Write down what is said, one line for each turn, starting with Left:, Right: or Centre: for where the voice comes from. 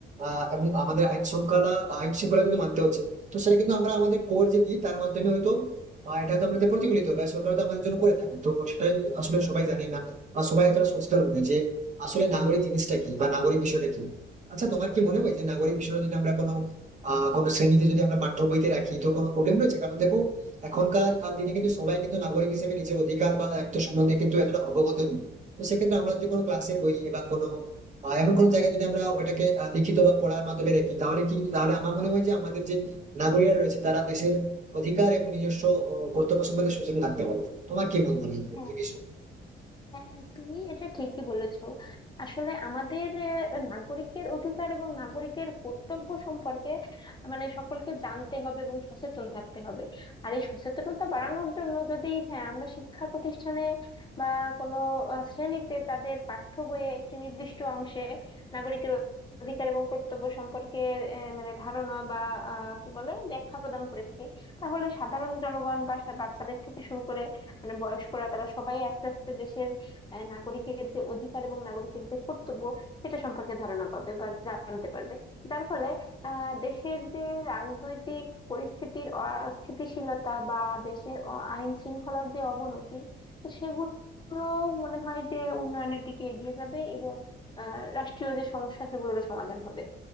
Right: আহ, এবং আমাদের আইন শৃঙ্খলা আইন শৃঙ্খলা কিন্তু মানতে হচ্ছে তো সেটা কিন্তু আমরা আমাদের কর যে দিই তার মাধ্যমে হয়তো আহ, এটা তো আমাদের প্রতিফলিত হয় সরকার তো আমাদের জন্য করে থাকে তো সেটাই আসলে সবাই জানে না বা সবাই এতটা সচেতন নয় যে আসলে নাগরিক জিনিসটা কি বা নাগরিক বিষয়টা কি আচ্ছা তোমার কি মনে হয় যে নাগরিক বিষয়টা যদি আমরা কোনো আহ কোনো শ্রেণীতে যদি আমরা পাঠ্য বইতে রাখি তো কোনো প্রবলেম রয়েছে কারণ দেখো এখনকার আহ, দিনে কিন্তু সবাই কিন্তু নাগরিক হিসেবে নিজের অধিকার বা দায়িত্ব সম্বন্ধে কিন্তু এতটা অবগত নেই তো সেক্ষেত্রে আমরা যদি কোনো ক্লাসের বইয়ে বা কোনো আহ, এমন কোনো জায়গায় যদি আমরা ওটাকে আহ, লিখিত বা পড়ার মাধ্যমে রাখি তাহলে কি তাহলে আমার মনে হয় যে আমাদের যে নাগরিকরা রয়েছে তারা দেশের অধিকার এবং নিজস্ব ও, কর্তব্য সম্বন্ধে সচেতন থাকতে পারবে তোমার কি মত মনে হয়
Left: হ্যাঁ
Right: এই বিষয়ে
Left: হ্যাঁ তুমি এটা ঠিকই বলেছো আসলে আমাদের আহ, নাগরিকের অধিকার এবং নাগরিকের কর্তব্য সম্পর্কে মানে সকলকে জানতে হবে এবং সচেতন থাকতে হবে আর এই সচেতনতা বাড়ানোর জন্য যদি হ্যাঁ আমরা শিক্ষা প্রতিষ্ঠানে বা কোনো আহ, শ্রেণীতে তাদের পাঠ্য বইয়ে একটি নির্দিষ্ট অংশে নাগরিকের অধিকার এবং কর্তব্য সম্পর্কে আহ, মানে ধারণা বা আহ, কি বলে ব্যাখ্যা প্রদান করে থাকে তাহলে সাধারণ জনগণ বা সা- বাচ্চাদের থেকে শুরু করে মানে বয়স্করা তারা সবাই আস্তে আস্তে আহ নাগরিকের যে অধিকার এবং নাগরিকের যে কর্তব্য সেটা সম্পর্কে ধারণা পাবে বা জানতে পারবে যার ফলে আহ দেশের যে রাজনৈতিক পরিস্থিতির অস্থিতিশীলতা বা দেশের অ- আইন শৃঙ্খলার যে অবনতি তো সেগুলো মনে হয় যে উন্নয়নের দিকে এগিয়ে যাবে এবং আহ রাষ্ট্রীয় যে সমস্যা সেগুলোরও সমাধান হবে